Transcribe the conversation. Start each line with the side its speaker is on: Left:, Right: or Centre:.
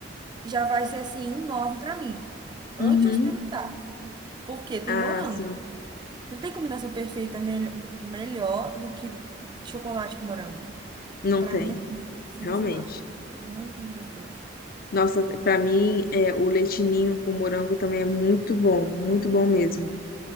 Right: já vai ser assim, um nove pra mim. Antes
Left: Uhum.
Right: eu experimentar, porque tem
Left: Ah,
Right: morango.
Left: sim,
Right: Não tem combinação perfeita mel- melhor do que chocolate com morango.
Left: não
Right: Pra
Left: tem,
Right: mim, assim, sensacional.
Left: realmente.
Right: Muito, muito gostoso.
Left: Nossa, pra mim, é, o leitinho com morango também é muito bom, muito bom mesmo.